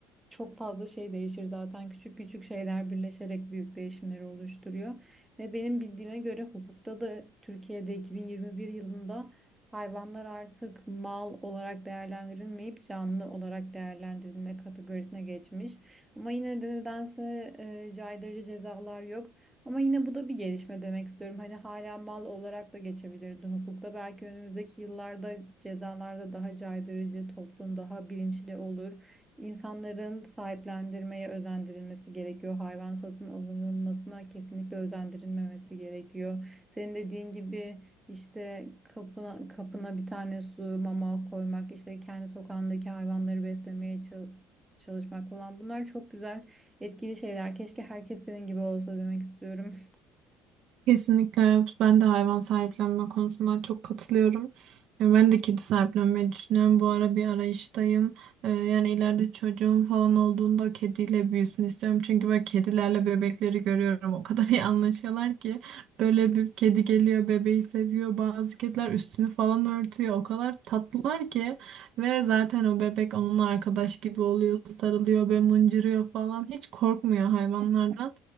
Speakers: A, on the right; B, on the right.
A: çok fazla şey değişir zaten. Küçük küçük şeyler birleşerek büyük değişimleri oluşturuyor. Ve benim bildiğime göre hukukta da Türkiye'de 2021 yılında hayvanlar artık mal olarak değerlendirilmeyip canlı olarak değerlendirilme kategorisine geçmiş. Ama yine de nedense e, caydırıcı cezalar yok. Ama yine bu da bir gelişme demek istiyorum. Hani hala mal olarak da geçebilirdi hukukta. Belki önümüzdeki yıllarda cezalarda daha caydırıcı, toplum daha bilinçli olur. İnsanların sahiplendirmeye özendirilmesi gerekiyor. Hayvan satın alınılmasına kesinlikle özendirilmemesi gerekiyor. Senin dediğin gibi işte kapına, kapına bir tane su, mama koymak, işte kendi sokağındaki hayvanları beslemeye çal- çalışmak falan bunlar çok güzel Etkili şeyler. Keşke herkes senin gibi olsa demek istiyorum.
B: Kesinlikle evet. ben de hayvan sahiplenme konusunda çok katılıyorum. E, Ben de kedi sahiplenmeyi düşünüyorum. Bu ara bir arayıştayım. E, Yani ileride çocuğum falan olduğunda o kediyle büyüsün istiyorum. Çünkü böyle kedilerle bebekleri görüyorum. O kadar <laughs> iyi anlaşıyorlar ki. Böyle bir kedi geliyor, bebeği seviyor. Bazı kediler üstünü falan örtüyor. O kadar tatlılar ki. Ve zaten o bebek onunla arkadaş gibi oluyor. Sarılıyor ve mıncırıyor falan. Hiç korkmuyor hayvanlardan.